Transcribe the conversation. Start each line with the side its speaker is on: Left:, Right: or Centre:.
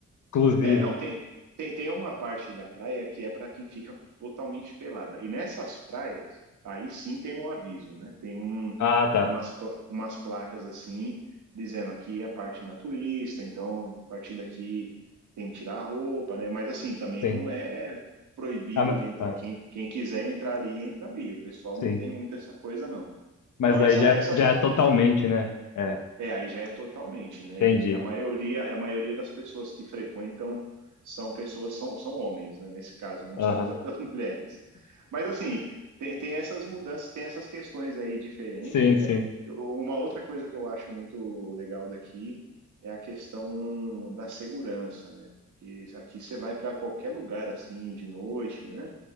Left: Exclusivo.
Right: É, não, tem, tem, tem uma parte da praia que é para quem fica totalmente pelada. E nessas praias, aí sim tem um aviso, né? Tem um,
Left: Ah, tá.
Right: umas, pla- umas placas assim, dizendo aqui é parte naturista, então a partir daqui tem que tirar a roupa, né? Mas assim, também
Left: Sim.
Right: não é proibido
Left: Ah, ma-
Right: de entrar.
Left: ah,
Right: Quem, quem quiser entrar ali, entra ali. O pessoal não
Left: sim.
Right: tem muito essa coisa, não.
Left: Mas
Right: Então,
Left: daí
Right: essa,
Left: já
Right: essas.
Left: é, já é totalmente, né? É,
Right: É, aí já é totalmente, né?
Left: entendi.
Right: E a maioria, e a maioria das pessoas que frequentam são pessoas, são, são homens, né? Nesse caso, não
Left: Aham.
Right: são tantas <laughs> mulheres. Mas assim, tem, tem essas mudanças, tem essas questões aí diferentes,
Left: Sim,
Right: né?
Left: sim.
Right: Eu- uma outra coisa que eu acho muito legal daqui é a questão da segurança, né? Porque aqui você vai para qualquer lugar assim de noite, né?